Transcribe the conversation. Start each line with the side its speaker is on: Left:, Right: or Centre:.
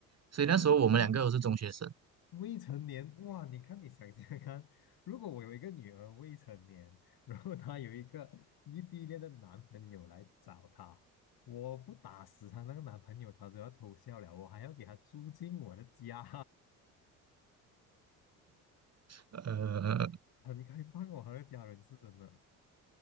Right: 所以那时候我们两个都是中学生。
Left: 这样的时候他。未成年，哇！你看，你想想看，如果我有一个女儿未成年，然后她有一个异地恋的男朋友来找她，我不打死她那个男朋友，她都要偷笑了。我还要给她租进我的家，
Right: 呃，
Left: <laughs> 很开放哦，她的家人是真的。